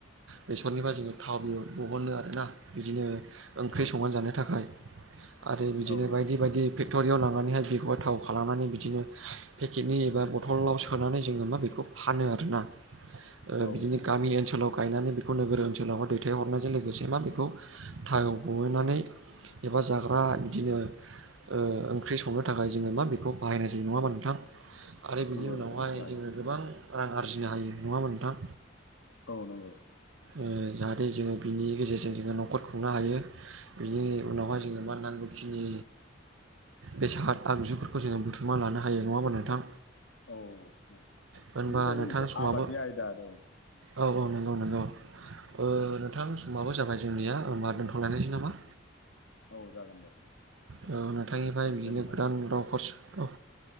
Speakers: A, on the right (about 80°); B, on the left (about 75°).
A: बेसरनिफ्राय जोंङो थावबो ब'हनो आरोना बिदिनो ओंख्रि
B: थाव
A: संना
B: दिहुनो
A: जानो
B: औ
A: थाखाय आरो बिदिनो
B: औ नंगौ
A: बायदि बायदि <inaudible> फेक्ट'रियाव लांनानैहाय बेखौहाय थाव खालामनानै बिदिनो पेकेटनि एबा बथल सोनानै जोंङो मा बेखौ फानो आरोना ओ
B: औ
A: बिदिनो
B: नंगौ
A: गामि ओनोलाव गायनानै बेखौ नोगोर ओनसोलावा दैथायहरनायजों लोगोसे मा होनो बेखौ थायाव ब'हनानै एबा जाग्रा बिदिनो ओ ओंख्रि संनो थाखाय जोङो मा बेखौ बाहायनाय जायो नङाबा नोंथां? आरो बिनि
B: नंगौ
A: उनावहाय
B: नंगौ बाहायो
A: जोङो गोबां रां आरजिनो हायो नङा होमबा नोंथां।
B: औ नंगौ।
A: ओ जाहाथे जोङो बिनि गेजेरजों जोङो न'खर खुंनो हायो बिनि उनावहाय जोङो मा नांगौखिनि बेसाद आगजुफोरखौ जोङो बुथुमना लानो हायो नङा होमबा नोंथां?
B: औ बेनो
A: होनबा
B: जाहैबाय
A: नोंथां
B: मोनसे
A: समाबो
B: आबादनि आयदा आरो औ।
A: औ औ नंगौ नंगौ। ओ नोंथां समाबो जाबाय जोंनिया ओमबा दोन्थ'लायनायसै नामा?
B: औ। जागोन दे
A: औ नोंथांनिफ्राय
B: गोजोन्थों
A: बिदिनो
B: नोंथां
A: गोदान रावफोर औ